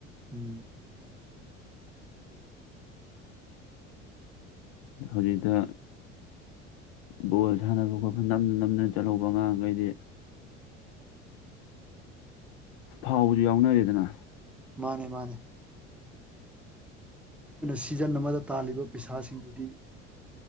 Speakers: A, in the centre; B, on the left.
A: ꯎꯝ
B: ꯍꯧꯖꯤꯛꯇ ꯕꯣꯜ ꯁꯥꯅꯕ ꯈꯣꯠ ꯅꯝꯅ ꯅꯝꯅ ꯆꯠꯂꯧꯕ ꯑꯉꯥꯡꯒꯩꯗꯤ ꯐꯥꯎꯕꯖꯨ ꯌꯥꯎꯅꯔꯦꯗꯅ
A: ꯃꯥꯅꯦ ꯃꯥꯅꯦ <unintelligible> ꯁꯤꯖꯟ ꯑꯃꯗ ꯇꯥꯜꯂꯤꯕ ꯄꯩꯁꯥꯁꯤꯡꯗꯨꯗꯤ